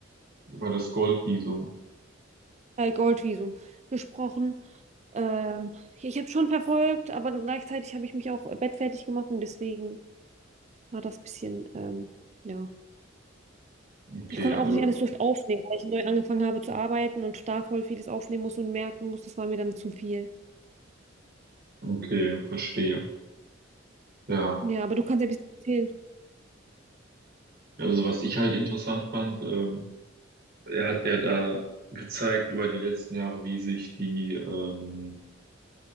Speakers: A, on the right; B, on the right.
A: über das Goldvisum?
B: Äh, Goldvisum gesprochen. Ähm, ich habe schon verfolgt, aber gleichzeitig habe ich mich auch bettfertig gemacht und deswegen war das bisschen, ähm, ja.
A: Okay,
B: Ich konnte
A: also,
B: auch nicht alles durch aufnehmen, weil ich neu angefangen habe zu arbeiten und da voll vieles aufnehmen muss und merken muss, das war mir dann zu viel.
A: okay, verstehe. Ja,
B: Ja, aber du kannst ja ein bisschen erzählen.
A: also was ich halt interessant fand, ähm, er hat ja da gezeigt über die letzten Jahre, wie sich die ähm,